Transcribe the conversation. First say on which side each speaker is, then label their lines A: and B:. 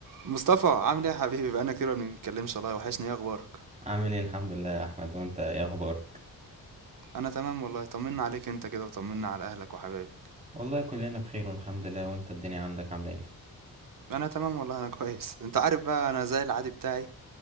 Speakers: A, on the right; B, on the right.
A: مصطفى عامل ايه يا حبيبي بقالنا كتير ما بنتكلمش والله وحشني ايه اخبارك
B: عامل ايه الحمد لله يا احمد وانت ايه اخبارك
A: انا تمام والله طمنا عليك انت كده وطمنا على اهلك وحبايبك
B: والله كلنا بخير والحمد لله وانت الدنيا عندك عامله ايه
A: انا تمام والله انا كويس انت عارف بقى انا زي العادي بتاعي